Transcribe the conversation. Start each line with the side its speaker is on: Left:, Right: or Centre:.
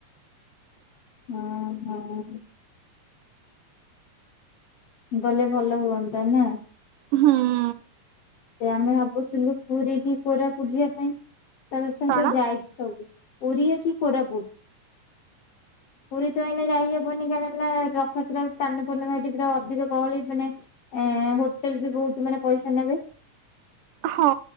Left: ହଁ ହଁ। ଗଲେ ଭଲ ହୁଅନ୍ତା ନା?
Right: ହୁଁ।
Left: ସେ ଆମେ ଭାବୁଥିଲୁ ପୁରୀ କି କୋରାପୁଟ ଯିବା ପାଇଁ ତା ସତ
Right: କଣ
Left: ଯାଇ ଓଡ଼ିଆ କି କୋରାପୁଟ। ପୁରୀ ତ ଏଇନ ଯାଇହବନି କାହିଁକି ନା ରଥତ ସ୍ନାନ ପୂର୍ଣ୍ଣିମା ଏଠି ପୁରା ଅଧିକ ଗହଳି ମାନେ ଏ ହୋଟେଲ ବି ବହୁତ ମାନେ ପଇସା ନେବେ।
Right: ହଁ